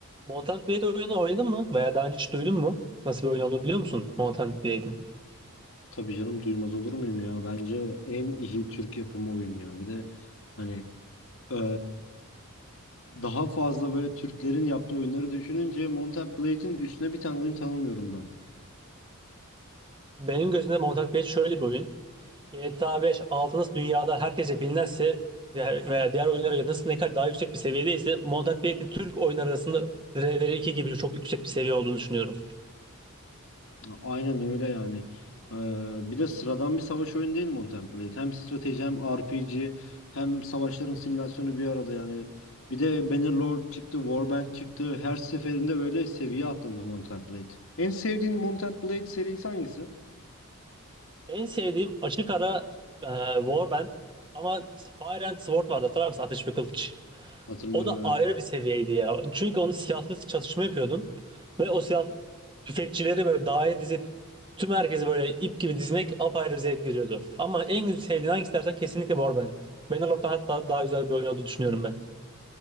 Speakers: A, on the right; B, on the left.
A: Mountain Blade oyunu oynadın mı? Veya daha önce hiç duydun mu? Nasıl bir oyun olduğunu biliyor musun Mountain Blade'in?
B: Tabii canım duymaz olur muyum ya? Bence en iyi Türk yapımı oyun ya. Bir de hani eee, daha fazla böyle Türklerin yaptığı oyunları düşününce Mount Blade'in üstüne bir tane oyun tanımıyorum ben.
A: Benim gözümde Mountain Blade şöyle bir oyun. GTA 5 aldığınız dünyada herkese bilinirse veya veya diğer oyunlara göre nasıl ne kadar daha yüksek bir seviyedeyse Mountain Blade de Türk oyunlar arasında rdr iki gibi çok yüksek bir seviye olduğunu düşünüyorum.
B: Aynen öyle yani. Eee, bir de sıradan bir savaş oyunu değil Mount Blade. Hem strateji hem RPG hem savaşların simülasyonu bir arada yani. Bir de Bannerlord çıktı, Warband çıktı. Her seferinde böyle seviye atladı Mount Blade. En sevdiğin Mount Blade serisi hangisi?
A: En sevdiğim açık ara e, Warband ama Fire and Sword vardı hatırlar mısın? Ateş ve Kılıç.
B: Hatırlıyorum
A: O da
B: evet.
A: ayrı bir seviyeydi ya. Çünkü onu silahsız çatışma yapıyordun. Ve o silahlı tüfekçileri böyle daire dizip tüm herkesi böyle ip gibi dizmek apayrı bir zevk veriyordu. Ama en güzel sevdiğin hangisi dersen kesinlikle Warband. Bannerlord'dan hatta daha güzel bir oyun olduğunu düşünüyorum ben.